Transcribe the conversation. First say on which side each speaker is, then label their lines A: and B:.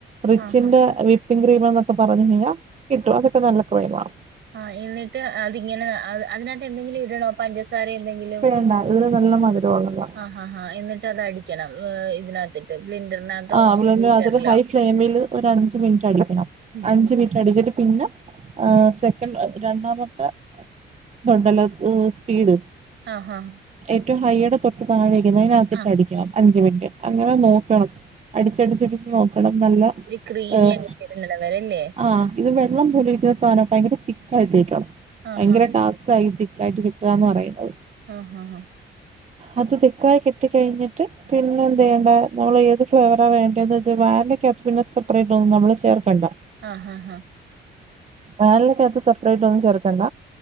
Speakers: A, on the right (about 35°); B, on the right (about 65°).
A: റിച്ചിന്റെ
B: ആ ഹാ
A: വിപ്പിംഗ് ക്രീം എന്നൊക്കെ പറഞ്ഞു കഴിഞ്ഞാ കിട്ടും അതൊക്കെ നല്ല ക്രീമാ
B: ആഹ് എന്നിട്ട് അതിങ്ങനെ അത് അതിനകത്ത് എന്തെങ്കിലും ഇടണോ പഞ്ചസ് സരേ എന്തെങ്കിലും
A: വേണ്ട ഇതിന് നല്ല മധുരമുള്ളതാ
B: ആഹ് ആഹാ എന്നിട്ട് അതടിക്കണം ഇതിനാത്തിട്ട് ബ്ലിന്റെറിനകത്തോ
A: ആഹ് അവള്
B: ബീറ്ററിലോ
A: അതൊരു ഹൈ ഫ്ലെയിമില് ഒര് അഞ്ച് മിനിറ്റ് അടിക്കണം
B: ഉം
A: അഞ്ച്
B: ഉം ഉം.
A: മിനിറ്റ് അടിച്ചിട്ട് പിന്ന ആഹ് സെക്കൻഡ് ആഹ് രണ്ടാമത്തെതുണ്ടല്ലോ ഏഹ് സ്പീഡ്
B: ആഹ് ആഹ്
A: ഏറ്റവും ഹൈയുടെ തൊട്ട് താഴേക്ക് അതിനകത്തിട്ട്
B: ആ
A: അടിക്കണം അഞ്ചു മിനിറ്റ് അങ്ങനെ നോക്കണം അടിച്ചടിച്ചിടിച്ച് നോക്കണം നല്ല
B: ഒരു ക്രീമി
A: ഏഹ്
B: ആയി വരുന്നിടം വരെ അല്ലേ
A: ആഹ് ഇത് വെള്ളം പോലെ ഇരിക്കുന്ന സാധനം ഭയങ്കര തിക്കായിട്ട് ഇരിക്കണം
B: ആഹാ
A: ഭയങ്കര ടാസ് സ്ക്കാ ഈ തിക്കായിട്ട് കിട്ടാന്ന് പറയുന്നത്
B: ആഹ് ആഹ് ആഹ്
A: അത് തിക്കായി കിട്ടി കഴിഞ്ഞിട്ട് പിന്നെ എന്ത് ചെയ്യേണ്ടെ നമ്മള് ഏത് ഫ്ലേവറാ വേണ്ടന്ന് വെച്ചാ വാനിലക്കാത്ത് പിന്നെ സെപ്പറേറ്റ് ഒന്നും നമ്മള് ചേർക്കണ്ട
B: ആഹാ ഹാ
A: വാനിലയ്ക്കാത്ത് സെപ്പറേറ്റ് ഒന്നും ചേർക്കണ്ട